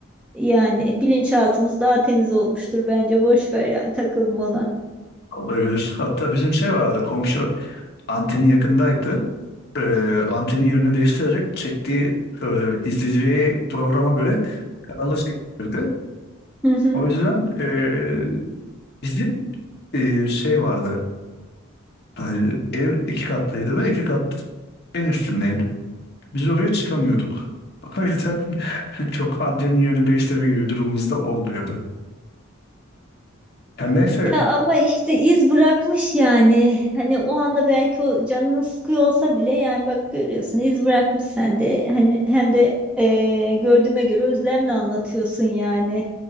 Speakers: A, in the centre; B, on the left.
A: Yani bilinçaltımız daha temiz olmuştur bence. Boş ver yani takılma ona.
B: Olabilir. Hatta bizim şey vardı komşu anteni yakındaydı. Ee, anteni yönünü değiştirerek çektiği böyle izleyiciye programa göre kanalı çektirdi.
A: Hı hı.
B: O yüzden ee, bizim ee, şey vardı. Hani ev iki katlıydı ve iki kat en üstündeydi. Biz oraya çıkamıyorduk. <laughs> O yüzden çok antenin yerini değiştirme gibi durumumuzda olmuyordu. Ya neyse.
A: Ya ama işte iz bırakmış yani. Hani o anda belki o canın sıkıyor olsa bile yani bak görüyorsun iz bırakmış sende. Hani hem de e, gördüğüme göre özlemle anlatıyorsun yani.